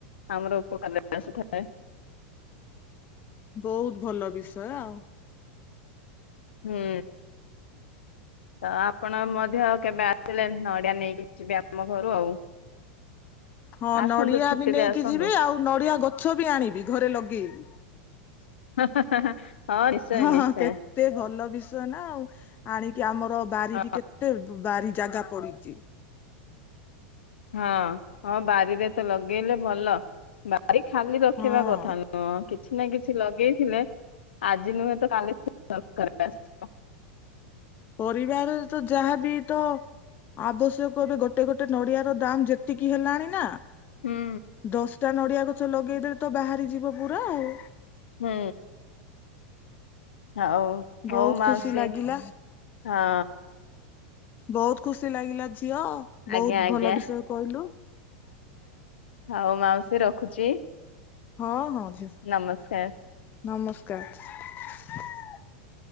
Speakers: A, on the left; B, on the left.
A: ଆମର ଉପକାରରେ ଆସିଥାଏ
B: ବହୁତ ଭଲ ବିଷୟ ଆଉ
A: ହୁଁ ତ ଆପଣ ମଧ୍ୟ କେବେ ଆସିଲେ ନଡିଆ ନେଇକି ଯିବେ ଆମ ଘରୁ ଆଉ
B: ହଁ
A: ଆସନ୍ତୁ
B: ନଡିଆ
A: ଛୁଟିରେ
B: ବି ନେଇକି
A: ଆସନ୍ତୁ
B: ଯିବି ଆଉ ନଡିଆ ଗଛ ବି ଆଣିବି ଘରେ ଲଗେଇବି।
A: <unintelligible>
B: ହଁ
A: ନିଶ୍ଚୟ।
B: ହଁ କେତେ ଭଲ ବି ଆସିବ ନା ଆଉ ଆଣିକି ଆମର ବାରି
A: ହଁ
B: ବି କେତେ ବାରି ଜାଗା ପଡିଚି
A: ହଁ ହଁ ବାରିରେ ତ ଲଗେଇଲେ ଭଲ ଵା ରି ଖାଲି ରଖିବା
B: ହଁ।
A: କଥା ନୁହଁ କିଛି ନା କିଛି ଲଗେଇଥିଲେ ଆଜି ନୁହେଁ ତ କାଲି ସେ ଦରକାରରେ ଆସିବ।
B: ପରିବାରରେ ତ ଯାହାବି ତ ଆବଶ୍ୟକ ଏବେ ଗୋଟେ ଗୋଟେ ନଡିଆ ର ଦାମ ଯେତିକି ହେଲାଣି ନା
A: ହୁଁ
B: ଦଶଟା ନଡିଆ ଗଛ ଲଗେଇଦେଲେ ତ ବାହାରି ଯିବ ପୁରା ଆଉ
A: ହୁଁ ହଉ ହଉ
B: ବହୁତ
A: ମାଉସୀ
B: ଖୁସି ଲାଗିଲା
A: ହଁ
B: ବହୁତ ଖୁସି ଲାଗିଲା ଝିଅ
A: ଆଜ୍ଞା
B: ବହୁତ
A: ଆଜ୍ଞା
B: ଭଲ ବିଷୟ କହିଲୁ।
A: ଆଉ ମାଉସୀ ରଖୁଚି
B: ହଁ ହଁ ଝିଅ
A: ନମସ୍କାର
B: ନମସ୍କାର